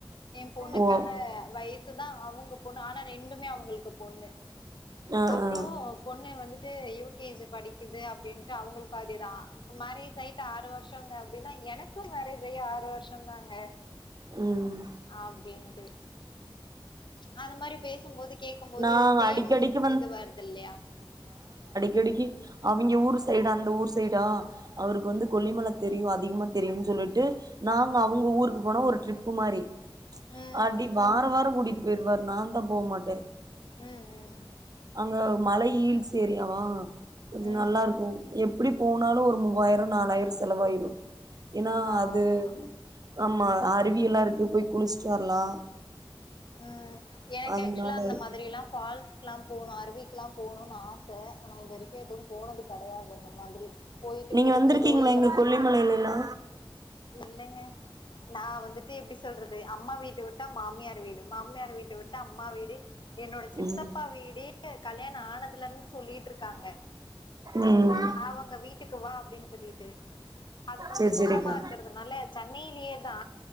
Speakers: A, on the left; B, on the right.
A: எ பொண்ணுக்கான
B: ஓ
A: வயசு த்துதா அவங்க பொண்ணு ஆனா ரெண்டுமே அவங்களுக்கு பொண்ணு
B: ஆ
A: அப்புறோ
B: ஆ
A: பொண்ணு வந்துட்டு து யு கேஜி படிக்குது அப்படின்ட்டு அவங்களுக்கு அதேதா மேரேஜ் ஆயிட்டு ஆறு வருஷங்க அப்படின்னா எனக்கு மேரேஜ் ஆயி ஆறு வருஷோந்தாங்க
B: ம்
A: அப்படின்ட்டு அந்த மாரி பேசும்போது கேக்கும்போது
B: நாங்க
A: சேம்
B: அடிக்கடிக்கு
A: இது வருது இல்லையா
B: கடிக்கு அவிங்க ஊர் சைடு அந்த ஊர் சைடு ஆ அவருக்கு வந்து கொல்லிமல தெரியு அதிகமா தெரியுனு சொல்லிட்டு நாங்க அவங்க ஊருக்கு போனா ஒரு ட்ரிப்பு மாரி
A: ம்.
B: அப்படி வாரோ வாரோ கூடிப் இருவர் நாம் போமாட்ட
A: ம், ம்,
B: அங்க மலை யில்ஸ் ஏரியாவா கொஞ்சு
A: ம்.
B: நல்லா இருக்கு எப்பிடி போணு இருந்தாலு ஒரு மூவாயிரோ நாலாயிரோ செலவாயிரு ஏன்னா
A: ஆமா.
B: அது ஆமா அருவியெல்லா இருக் கு போய் குளிச்சுட்டு வரலா
A: உம் எனக்கு
B: அதனால
A: ஆக்சுவலா அந்த மாதிரி எல்லாம் பால் ச்க்லா போனு, அருவிக்குலா போணுனு ஆச ஆனா இது வரைக்கு எதுவும் போனது கடையாது அந்த மாதிரி போயிட்டு
B: நீங்க
A: குளிச்சதோ
B: வந்திருக்கீங்களா
A: இல்ல
B: எங்க கொல்லிமலைலலா
A: இல்லைங்க நா வந்துட்டு எப்டி சொல்றது அம்மா வீட்ட விட்டா மாமியார் வீடு மாமியார் வீட்ட விட்டா அம்மா வீடு என்னோட சித்தப்பா
B: ம்
A: வீடே கல்யாண ஆனதுல இருந்து சொல்லிட்டு இருக்காங்க
B: ம்
A: அவங்க வீட்டுக்கு வா அப்டின்னு சொல்லிட்டு அது கொஞ்சோ
B: சேரி சேரிக்கா
A: தூரமா இருக்கறதுனால சென்னை யிலேதா